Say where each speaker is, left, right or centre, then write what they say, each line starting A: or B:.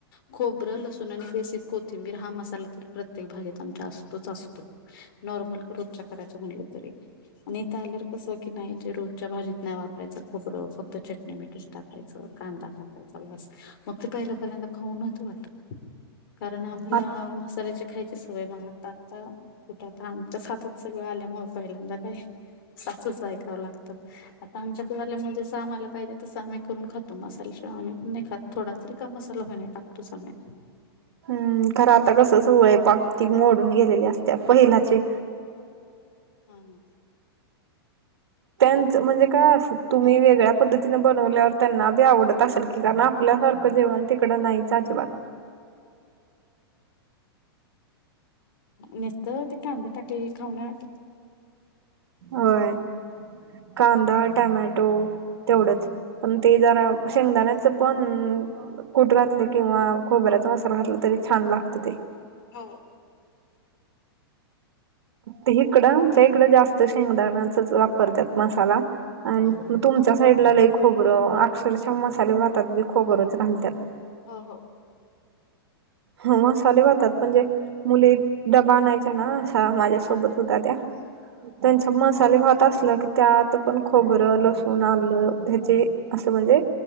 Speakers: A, on the left; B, on the right.
A: खोबरं लसूण, आणि बेसिक कोथिंबीर हा मसाला तर प्रत्येक भाजीत आमच्या असतोच असतो. नॉर्मल ग्रोथ च्या करायचं म्हणलं तरी. आणि इथं आल्यावर कसं की नाही ते, रोजच्या भाजीत नाही वापरायचं खोबरं फक्त चटणी मीठच टाकायचं असं. कांदा टाकायचा बास मग ते, पहिला पहिल्यांदा खाऊ नव्हतं वाटत. कारण आम्हाला
B: आ
A: मसाल्याची खायची सवय मग आता आता. कुठं आता आमच्याच हातात सगळं आल्यामुळं पहिल्यांदा काय. सासूच ऐकावं लागतं. आता आमच्याकडे आल्यामुळे जसं आम्हाला, पाहिजे तसं करून खात मसाल्याशिवाय आम्ही पण नाही खातं, थोडा तरी का मसाला होईना टाकतोच आम्ही.
B: हम, खरं आता कसं स्वयंपाक ती मोडून गेलेली असते पहिलाची.
A: हां.
B: त्यांचं म्हणजे काय असं तुम्ही वेगळ्या पद्धतीनें बनवल्यावर, त्यांना बी आवडत असलं की. कारणं आप आपल्या सारखं जेवण तिकडं नाहीच अजिबात.
A: निस्त ते कांदा टाक ते खाऊ न्याट.
B: होय. कांदा टोमॅटो तेवढंच. पण ते जरा, शेंगदाण्याचं पण. कूट घातलं किंवा, खोबऱ्याचा मसाला घातला तरी छान लागतं ते.
A: हो.
B: हिकडं आमच्या इकडं जास्त शेंगदाण्याचाच वापरत्यात मसाला. आणि
A: हम्म हम्म.
B: तुमच्या साईडला लई खोबरं, अक्षरशः मसाले भातात बी खोबरंच घालत्यात.
A: हो हो हो.
B: हो, मसाले भातात म्हणजे, मुली डबा आणायच्या ना. हां, माझ्या सोबत
A: हा हा
B: होता त्या, त्यांच्या
A: हा
B: मसाले भात असला की. त्यात पण खोबरं लसूण आलं हेची असं म्हणजे.